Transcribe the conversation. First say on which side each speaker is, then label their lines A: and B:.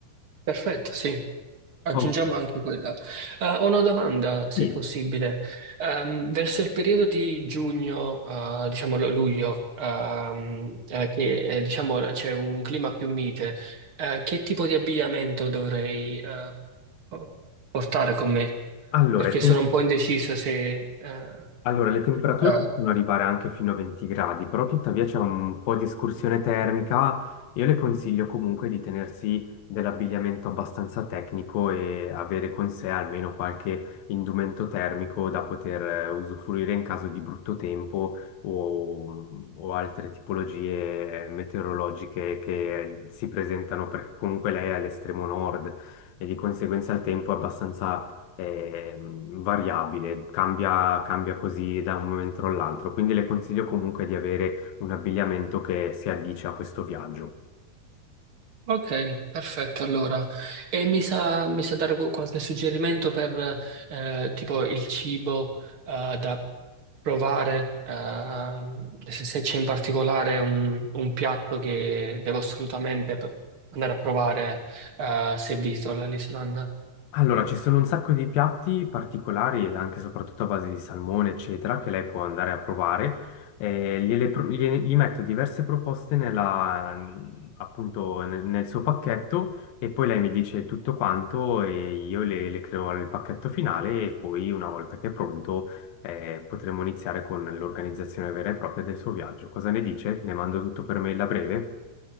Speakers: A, on the right; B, on the left.
A: perfetto, sì. Aggiungiamo
B: Oh,
A: anche quella. Eh, ho una domanda, se
B: sì.
A: possibile. Ehm, verso il periodo di giugno, eh, diciamo lo- luglio, ehm, eh, che eh, diciamo c'è un clima più mite, eh, che tipo di abbigliamento dovrei eh, po- portare con me?
B: Allora,
A: Perché sono un po' indeciso se eh,
B: Allora, le temperature
A: eh,
B: possono arrivare anche fino a 20 gradi, però tuttavia c'è un po' di escursione termica. Io le consiglio comunque di tenersi dell'abbigliamento abbastanza tecnico e avere con sé almeno qualche indumento termico da poter eh, usufruire in caso di brutto tempo o, o altre tipologie eh, meteorologiche che si presentano, perché comunque lei è all'estremo nord e di conseguenza il tempo è abbastanza è mm, variabile, cambia, cambia così da un momento all'altro, quindi le consiglio comunque di avere un abbigliamento che si addice a questo viaggio.
A: Ok, perfetto allora. E mi sa, mi sa dare qu- qualche suggerimento per eh, tipo il cibo eh, da provare, ehm, se, se c'è in particolare un, un piatto che devo assolutamente p- andare a provare eh, se visito l'Islanda.
B: Allora, ci sono un sacco di piatti particolari, anche e soprattutto a base di salmone, eccetera, che lei può andare a provare. Eh, gliele pro- gliene- gli metto diverse proposte nella- mhmm, appunto nel, nel suo pacchetto e poi lei mi dice tutto quanto e io le, le creo nel pacchetto finale e poi una volta che è pronto eh, potremo iniziare con l'organizzazione vera e propria del suo viaggio. Cosa ne dice? Le mando tutto per mail a breve?